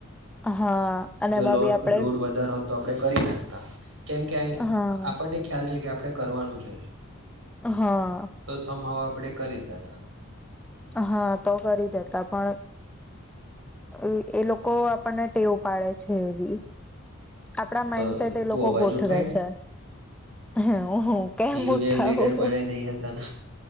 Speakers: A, in the centre; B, on the right.
A: હા અને
B: જો
A: એમાં
B: લોડ-લોડ
A: બી આપડે
B: વધારે હોત તો આપણે કરી નાખતા, કેમ કે અય
A: હા
B: આપણને ખ્યાલ છે કે આ આપડે કરવાનું છે જ.
A: હા
B: તો સમભાવ આપડે કરી જ દેતાં.
A: હા તો કરી દેતા પણ એ એ લોકો આપણને ટેવ પાડે છે એવી. આપણા માઈન્ડસેટ
B: તો
A: એ
B: તું
A: લોકો
B: અવાજ
A: ગોઠવે
B: ઉઠાય ને
A: છે. <unintelligible> હું હું કેમ
B: યુનિયન
A: ઉઠાવું?
B: લીડર બનાવી દઈ હતા ને